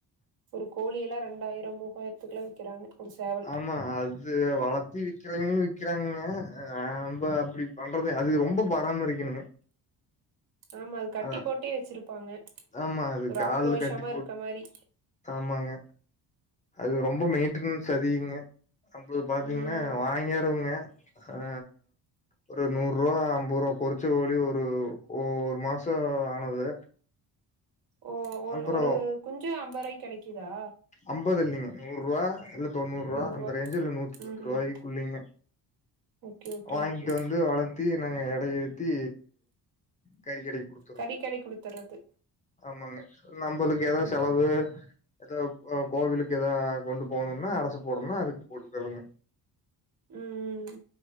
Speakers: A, on the right (about 60°); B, on the left (about 20°).
A: ஒரு கோழி எல்லா ரெண்டாயிரோ மூவாயிரத்துக்கெல்லா விக்கிறாங்க ஒரு சேவல்
B: ஆமா அது இது வளர்த்தி விக்கிறீங்கன்னு விற்கிறாங்கங்க நா ரொம்ப அப்டி பண்றது அது ரொம்ப பராமரிக்கணுங்க
A: ஆமா அது கட்டி
B: அ
A: போட்டே வச்சிருப்பாங்க
B: ஆமா அது
A: ஒரு
B: கால்ல
A: ஆக்ரோஷமா
B: கட்டி போட்
A: இருக்க மாரி
B: ஆமாங்க அது ரொம்ப மெயின்டனன்ஸ் அதிகங்க அப்பது பாத்தீங்கன்னா
A: ம்
B: வாங்கிறவங்க ஆ ஒரு நூறு ரூபா ஐம்பது ரூபா பொரிச்ச கோழி ஒரு ஒரு மாசோ ஆனது
A: ஓ ஒரு
B: அப்புறம்
A: ஒரு குஞ்சு ஐம்பது ரூவாய்கு கெடைக்குதா
B: ஐம்பது இல்லைங்க நூறு ரூவா இல்ல தொண்ணூறு ரூவா
A: நூறுவா
B: அந்த ரேஞ்சுல நூத்தி பத்து
A: ம்
B: ரூவாய்க்குள்ளிங்க
A: ம் ஓகே ஓகே
B: வாங்கிட்டு
A: ஓகே
B: வந்து வளர்த்தி நாங்க எட ஏத்தி கறிக்கடை கொடுக்கோ
A: கறி கடைக் குடுத்துடுறது
B: ஆமாங்க நம்மளுக்கு ஏதா
A: ஓகே
B: செலவு
A: ஓகே
B: ஏதா கோவிலுக்கு ஏதா கொண்டு போகணும்ன்னா அரசு போடணும்னா அதுக்கு போட்டுக்கதுங்க
A: ம் ம்